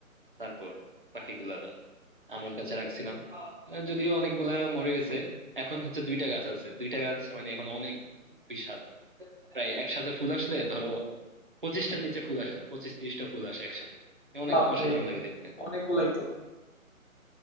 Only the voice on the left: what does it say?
বাপরে
অনেকগুলাই তো